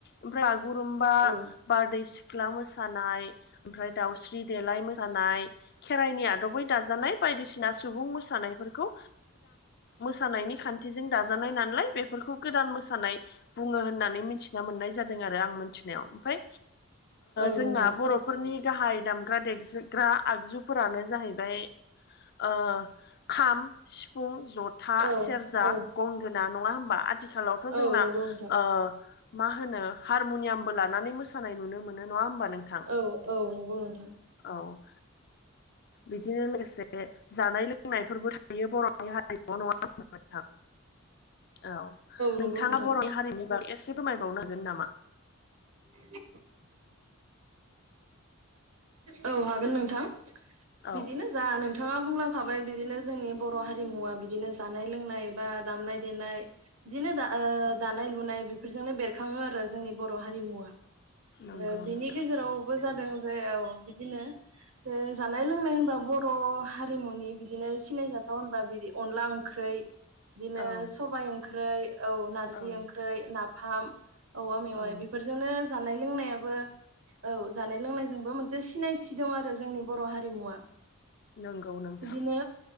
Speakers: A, on the left (about 50°); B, on the right (about 70°).
A: ओमफ्राय बागुरुम्बा
B: औ
A: बारदै सिख्ला मोसानाय। ओमफ्राय दाउस्रि देलाय मोसानाय खेराइनि आदबबै दाजानाय बायदिसिना सुबुं मोसानायफो रखौ मोसानायनि खान्थिजों दाजानाय नालाय बेफोरखौ गोदान मोसानाय बुं बुंङो होननानै मिथिनामोननाय जादों आरो आं मोनथिनायाव ओमफ्राय
B: औ
A: जोंना
B: नोंथां
A: बर' नि गाहाय दामग्रा देगजग्रा आगजुफोरानो जाहैबाय ओ खाम सिफुं जथा
B: औ
A: सेरजा
B: औ
A: गंगोना नङा होमबा आथिखालावथ'
B: औ
A: जोंना
B: नंगौ नोंथां
A: ओ मा होनो हारम'नियामबो लानानै मोसानाय नुनो मोनो नङा होमबा नोंथां।
B: औ औ नंगौ नोंथां।
A: औ। बिदिनो लोगोसे जानाय लोंनायफोरबो थायो बर'नि हारिमुआव नङा होनबा नोंथां। औ
B: नंगौ
A: नोंथाङा
B: नोंथां
A: बर'नि हारिनि बागै एसे फोरमायबावनो हागोन नामा।
B: <inaudible> औ हागोन नोंथां
A: औ
B: बिदिनो जा नोंथाङा बुंलां खाबाय बिदिनो जोंनि बर' हारिमुवा बिदिनो जानाय लोंनाय बा दामनाय देनाय बिदिनो दा
A: औ
B: दानाय लुनाय बेफोरजोंनो बेरखाङो आरो जोंनि बर' हारिमुवा आरो
A: नंगौ
B: बिनि
A: नोंथां
B: गेजेरावबो जादों जे औ बिदिनो जानाय लोंनाय होनबा बर' हारिमुनि बिदिनो सिनायजाथाव होनबा बिदि अनला ओंख्रि बिदिनो
A: औ
B: सबाय ओंख्रि औ नारजि
A: औ
B: ओंख्रि, नाफाम। औवा मेवाइ
A: औ
B: बेफोरजोंनो जानाय लोंनायाबो औ जानाय लोंनायजोंबो मोनसे सिनायथि दं आरो जोंनि बर' हारिमुवा
A: नंगौ नोंथां।
B: बिदिनो